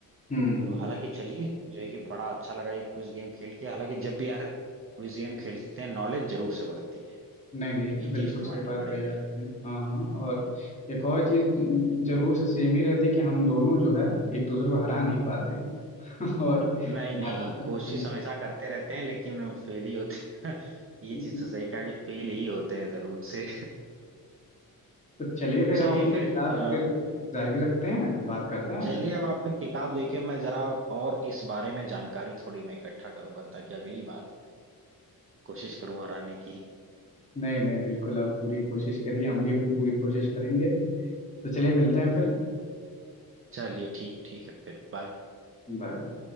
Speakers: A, on the left; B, on the right.
A: हम्म
B: तो
A: हम्म।
B: हालांकि चलिए जो है कि बड़ा अच्छा लगा ये क्विज गेम खेल के हालांकि जब भी यार क्विज गेम खेलते हैं नॉलेज जरूर से बढ़ती है
A: नहीं नहीं एक
B: ये
A: तो
B: चीज
A: बिल्कुल
B: तो
A: सही
B: माननी
A: बात
B: पड़ेगी
A: कही आपने हाँ हाँ और एक और चीज जरूर से सेम ही रहती है कि हम दोनों जो है एक दूसरे को हरा नहीं पाते हैं <laughs> और
B: नहीं
A: बराबर
B: नहीं कोशिश
A: कहीं ना
B: हमेशा करते रहते हैं लेकिन फेल ही होते <laughs> ये
A: कहीं।
B: चीज तो सही कहा कि फेल ही होते हैं जरूर से
A: तो चलिए फिर
B: <laughs> चलिए
A: हम अपनी
B: फिर
A: किताब
B: अ,
A: फिर जारी रखते हैं बात करते हैं आपसे
B: चलिए अब आप फिर किताब देखिए मैं जरा और इस बारे में जानकारी थोड़ी मैं इकट्ठा करूंगा ताकि अगली बार कोशिश करूं हराने की
A: नहीं नहीं बिल्कुल आप पूरी कोशिश करिए हम भी अपनी पूरी कोशिश करेंगे तो चलिए मिलते हैं फिर
B: चलिए ठीक ठीक है फिर बाय
A: Bye bye.